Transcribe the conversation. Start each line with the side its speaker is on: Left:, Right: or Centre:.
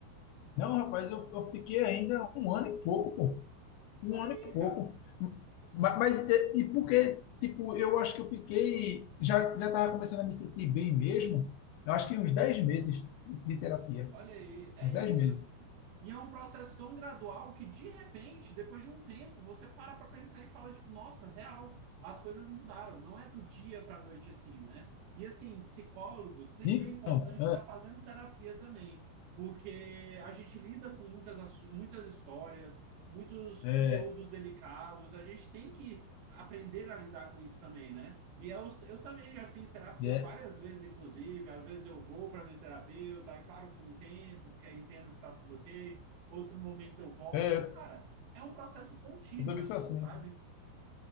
Left: Não, rapaz, eu, eu fiquei ainda um ano e pouco, pô. Um
Right: Olha
Left: ano
Right: aí,
Left: e pouco.
Right: cara.
Left: Ma- Mas, é, e porque, tipo, eu acho que eu fiquei. Já, já tava começando a me sentir bem mesmo. Eu acho que uns dez meses de terapia.
Right: Olha aí, é
Left: Uns 10
Right: isso.
Left: meses.
Right: E é um processo tão gradual que, de repente, depois de um tempo, você para para pensar e fala, tipo, nossa, real, as coisas mudaram. Não é do dia para a noite assim, né? E, assim, psicólogo, sempre
Left: Então,
Right: é importante estar fazendo terapia também, porque a gente lida com muitas, muitas histórias, muitos
Left: é,
Right: conteúdos delicados, a gente tem que aprender a lidar com isso também, né? E eu, eu também já fiz terapia
Left: é, é,
Right: várias vezes, inclusive. Às vezes eu vou para minha terapeuta, e paro por um tempo, porque aí entendo que está tudo ok. Outro momento eu volto.
Left: é,
Right: E, cara, é um processo contínuo,
Left: eu também
Right: assim,
Left: sou assim.
Right: sabe?